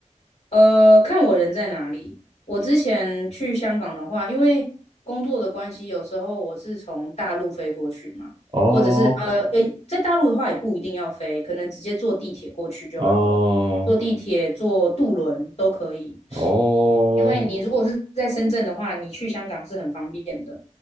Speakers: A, on the left; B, on the right.
A: 呃，看我人在哪里。我之前去香港的话，因为工作的关系，有时候我是从大陆飞过去嘛，
B: 哦，
A: 或者是呃，诶，在大陆的话也不一定要飞，可能直接坐地铁过去就好了。
B: 哦，
A: 坐地铁、坐渡轮都可以。
B: 哦，
A: 因为你如果是在深圳的话，你去香港是很方便的，